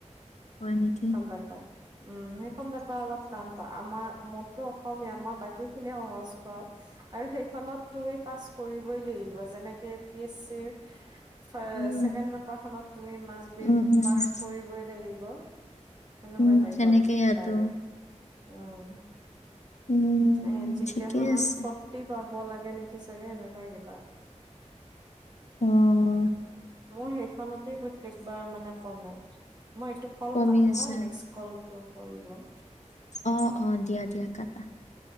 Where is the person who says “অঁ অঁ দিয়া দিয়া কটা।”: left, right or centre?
Left